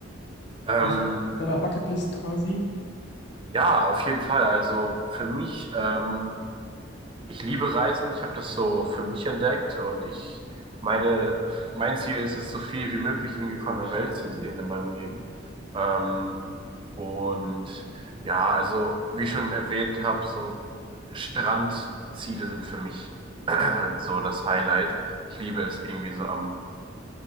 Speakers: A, on the right; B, on the left.
A: Ähm,
B: auf deiner Bucketlist quasi?
A: ja, auf jeden Fall. Also für mich ähm, Ich liebe Reisen, ich habe das so für mich entdeckt und ich meine, mein Ziel ist es, so viel wie möglich irgendwie von der Welt zu sehen in meinem Leben. Ähm, und ja, also wie ich schon erwähnt habe, so Strandziele sind für mich <clears throat> so das Highlight. Ich liebe es irgendwie so am